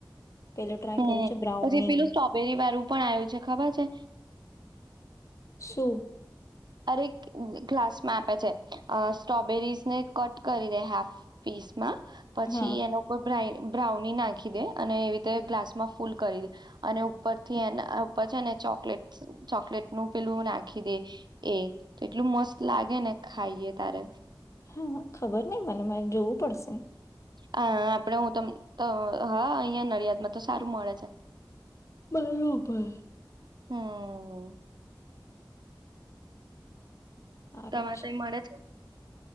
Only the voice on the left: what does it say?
પેલું ટ્રાય
કર્યું છે બ્રાઉની
શું?
હા
હે, ખબર નહી મને મ જોવું પડશે.
બરોબર.
સારું